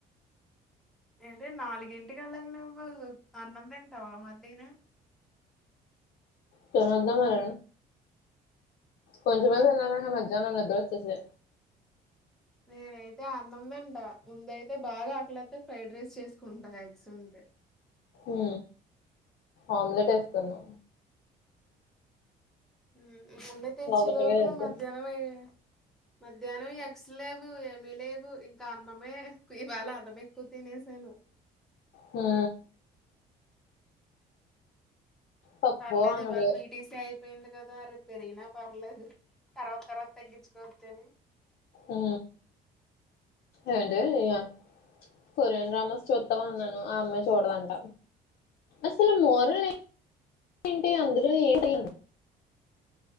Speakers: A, in the centre; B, on the left.
A: ఏంటి నాలుగింటికేళ్లాగ నువ్వు అన్నం తింటావా మళ్ళీను
B: తినొద్దా మరిగా కొంచమే తిన్నాను ఆహ్య మధ్యాహ్నం నిద్రొచ్చేసి
A: నేనైతే అన్నంతింట ముందైతే బాగా ఆకలైతే ఫ్రైడ్ రైస్ చేసుకుంటా ఎగ్స్ ఉంటే
B: ఉ ఆమ్లెట్ వేసుకున్నా
A: ఉ మమ్మీ తెచ్చిలోపే
B: ఒకటిగా వద్దు
A: మధ్యాహ్నం అయి మధ్యాహ్నం ఎగ్స్ లేవు ఏమి లేవు ఇంకా అన్నామే ఇవాళ అన్నామే ఎక్కువ తినే సను
B: మా పప్పు
A: పర్లేదు
B: అన్నది
A: ఇవాళ బీటిసీ అయి పేయింది కదా అరే పెరిగిన పర్లేదు తర్వాత తర్వాత తగ్గించుకోవచ్చు అని
B: ఉ ఏంటే నియ కొరియన్ డ్రామాస్ చూద్దాం అన్నాను ఆ అమ్మాయి చూడదంట అసలు మోరల్ ఏంటి అందులో ఏంటి